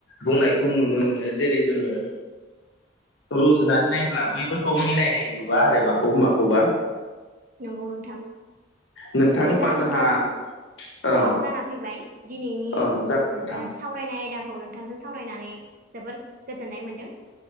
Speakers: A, on the left; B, on the right.
A: बुंनायखौ नुनो मोनो जेरै जोङो रुजुनानै नायब्ला बैफोरखौ मिलायनाय नुवा आरो माखौ माखौबा
B: नंगौ नोंथां
A: नोंथां
B: बिदिब्ला
A: होमबा जोंहा
B: नोंथां समाबो
A: औ
B: जाना फैबाय दिनैनि
A: औ
B: ओ
A: जागोन नोंथां
B: सावरायनाय आयदाखौ नोंथांजों सावरायनानै जोबोर गोजोननाय मोन्दों